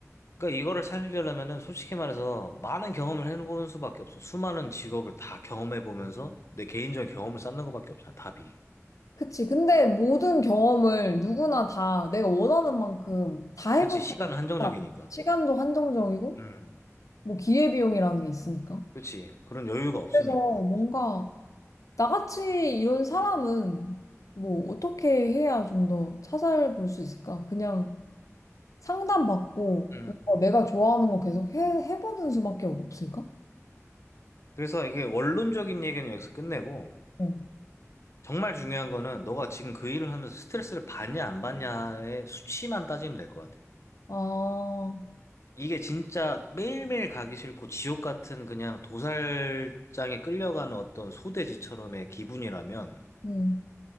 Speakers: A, on the left (about 60°); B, on the left (about 80°).
A: 그러니까 이거를 살리려면은 솔직히 말해서 많은 경험을 해보는 수밖에 없어. 수많은 직업을 다 경험해 보면서 내 개인적인 경험을 쌓는 것밖에 없잖아, 답이.
B: 그치. 근데 모든 경험을 누구나 다 내가 원하는 만큼 다 해볼
A: 그치, 시간은
B: 수가
A: 한정적이니까.
B: 없다. 시간도 한정적이고,
A: 음.
B: 뭐 기회비용이라는 게 있으니까.
A: 그렇지. 그런 여유가 없으니까.
B: 그래서 뭔가 나같이 이런 사람은 뭐 어떻게 해야 좀 더 찾아볼 수 있을까? 그냥 상담받고
A: 음.
B: 뭔가 내가 좋아하는 거 계속 해, 해보는 수밖에 없을까?
A: 그래서 이게 원론적인 얘기는 여기서 끝내고
B: 어.
A: 정말 중요한 거는 너가 지금 그 일을 하면서 스트레스를 받냐 안 받냐의 수치만 따지면 될 것 같아.
B: 아,
A: 이게 진짜 매일매일 가기 싫고 지옥 같은 그냥 도살장에 끌려가는 어떤 소돼지처럼의 기분이라면
B: 음.